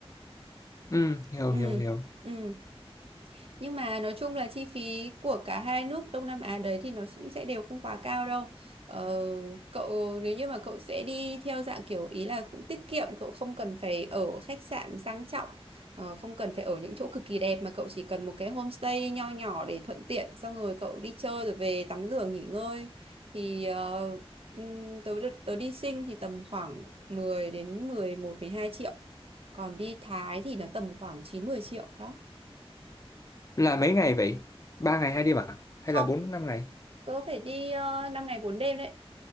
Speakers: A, on the left; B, on the right.
A: ừ hiểu
B: ừ
A: hiểu hiểu
B: ừ Nhưng mà nói chung là chi phí của cả hai nước Đông Nam Á đấy thì nó cũng sẽ đều không quá cao đâu. Ờ, cậu nếu như mà cậu sẽ đi theo dạng kiểu ý là cũng tiết kiệm, cậu không cần phải ở khách sạn sang trọng, ờ, không cần phải ở những chỗ cực kỳ đẹp mà cậu chỉ cần một cái homestay nho nhỏ để thuận tiện, xong rồi cậu đi chơi rồi về tắm rửa nghỉ ngơi thì ờ, ừm, tớ được tớ đi Sing thì tầm khoảng 10 đến mười một mười hai triệu. Còn đi Thái thì nó tầm khoảng 9 10 triệu đó.
A: là mấy ngày vậy ba ngày hai đêm à hay
B: Không
A: là bốn năm ngày
B: Tôi phải đi uh, 5 ngày 4 đêm đấy,